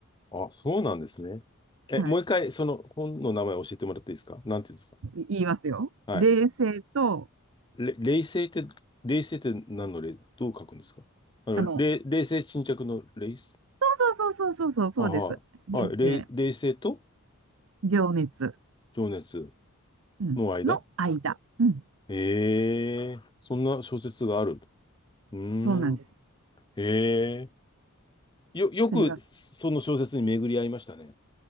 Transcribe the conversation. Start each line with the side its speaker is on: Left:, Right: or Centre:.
Left: あ、そうなんですね。え、
Right: はい。
Left: もう一回、その本の名前教えてもらっていいですかなんていうんですか
Right: い言いますよ。
Left: はい
Right: 冷静と、
Left: れ、冷静って、冷静って何の冷、どう書くんですかあの、
Right: あの、
Left: 冷、冷静沈着の冷静
Right: そうそうそうそうそう、そうです。
Left: あはい。
Right: 冷静、
Left: はい。冷、冷静と
Right: 情熱、
Left: 情熱
Right: うん、
Left: の間
Right: の間。うん。
Left: ええそんな小説がある。うーん。
Right: そうなんです。
Left: へえ。よ、よくその小説に巡り合いましたね。
Right: それが、